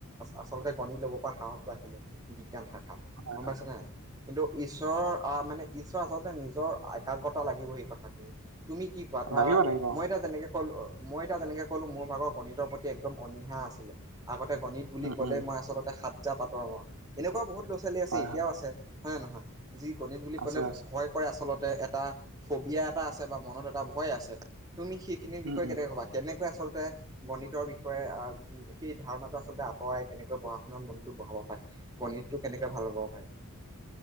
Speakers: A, on the right (about 15°); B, on the right (about 85°).
A: আচলতে গণিত ল'ব পৰা সাহসটো আহিলে। বিজ্ঞান শাখাত,
B: হয়
A: গম
B: হয়,
A: পাইছে নে নাই, কিন্তু ঈশ্বৰৰ আহ, মানে ঈশ্বৰ আচলতে নিজৰ একাগ্ৰতা লাগিব, সেই কথাখিনি তুমি কি কোৱা, ধৰা
B: লাগিব লাগিব,
A: মই এতিয়া যেনেকে ক'লো, মই এতিয়া যেনেকে ক'লো, মোৰ ভাগৰ গণিতৰ প্ৰতি একদম অনীহা আছিলে আগতে গণিত বুলি
B: উম,
A: ক'লে
B: উম,
A: মই আচলতে সাতজাপ আতৰ হওঁ, এনেকুৱা বহুত ল'ৰা ছোৱালী আছে,
B: হয়
A: এতিয়াও
B: হয়,
A: আছে। হয়নে নহয়, যি গণিত বুলি
B: আছে
A: ক'লে
B: আছে,
A: ভয় কৰে আচলতে, এটা ফবিয়া এটা আছে বা মনত এটা ভয় আছে, তুমি সেইখিনিৰ
B: উম,
A: বিষয়ে
B: উম।
A: কেনেকে ক'বা? কেনেকৈ আচলতে গণিতৰ বিষয়ে আহ, সেই ধাৰণাটো আচলতে আঁতৰাই, কেনেকৈ পঢ়া শুনাত মনটো বঢ়াব পাৰি গণিতটো কেনেকে ভাল পাব পাৰি।